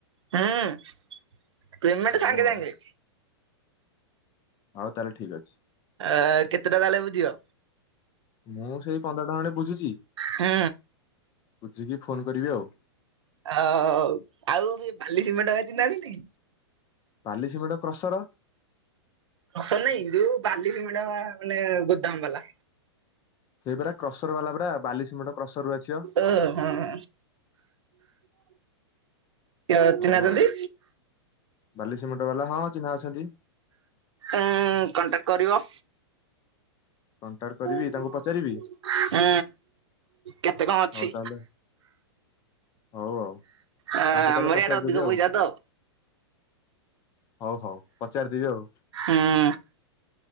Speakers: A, on the right (about 85°); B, on the left (about 25°).
A: ହୁଁ ପେମେଣ୍ଟ
B: ହଉ
A: ସାଙ୍ଗେ
B: ଆଉ
A: ସାଙ୍ଗେ।
B: ହଉ ତା ହେଲେ ଠିକ୍ ଅଛି।
A: ଅ କେତେଟା ତା ହେଲେ ବୁଝିବ?
B: ମୁଁ ସେଇ ପନ୍ଦରଟା ଖଣ୍ଡେ ବୁଝିଛି।
A: ହଁ।
B: ବୁଝିକି ଫୋନ୍ କରିବି ଆଉ।
A: ଆଉ ଆଉ ବାଲି ସିମେଣ୍ଟ <unintelligible>
B: ବାଲି, ସିମେଣ୍ଟ, କ୍ରସର।
A: କ୍ରସର ନାଇଁ ଯୋଉ ବାଲି ସିମେଣ୍ଟ ମାନେ ଗୋଦାମ ବାଲା।
B: ସେଇ ପରା କ୍ରସର ବାଲା ପୁରା ବାଲି ସିମେଣ୍ଟ କ୍ରସର ରୁ ଆସିବ।
A: ଓ ହଁ କିଏ
B: ହଉ
A: ଚିହ୍ନା ଅଛନ୍ତି?
B: ଆଉ ବାଲି ସିମେଣ୍ଟ ବାଲା ହଁ ଚିହ୍ନା ଅଛନ୍ତି।
A: ଏଁ କଣ୍ଟାକ୍ଟ କରିବ।
B: କଣ୍ଟାକ୍ଟ କରିବି
A: ଉଁ।
B: ତାଙ୍କୁ ପଚାରିବି।
A: କେତେ କଣ ଅଛି?
B: ହଉ ତାହେଲେ ହଉ ଆଉ
A: ଆ
B: ତାଙ୍କୁ
A: ଆମରି
B: ତାହେଲେ ପଚାରିଦେବି
A: ଆଡେ ଅଧିକ
B: ଆଉ
A: ପଇସା ତ।
B: ହଉ ହଉ ପଚାରିଦେବି ଆଉ।
A: ହୁଁ।